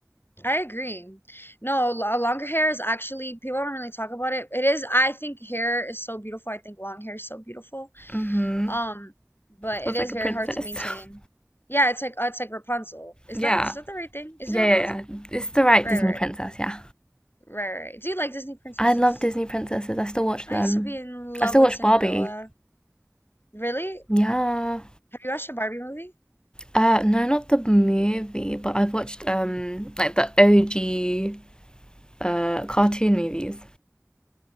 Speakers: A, on the left; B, on the left.
A: I agree. No, lo- longer hair is actually, people don't really talk about it. It is, I think hair is so beautiful. I think long hair is so beautiful.
B: Mm-hmm.
A: Um, but it
B: Feels
A: is
B: like
A: very
B: a princess.
A: hard to maintain.
B: <laughs>
A: Yeah, it's like uh, it's like Rapunzel. Is
B: Yeah.
A: that is that the right thing? Is
B: Yeah,
A: it Rapunzel?
B: yeah, yeah. It's the right
A: Right,
B: Disney
A: right,
B: princess, yeah.
A: right, right. Do you like Disney princesses?
B: I love Disney princesses. I still watch
A: I
B: them.
A: used to be in love
B: I still
A: with
B: watch
A: Cinderella.
B: Barbie.
A: Really?
B: Yeah.
A: Have you watched a Barbie movie?
B: Uh no, not the movie, but I've watched um like the OG uh cartoon movies.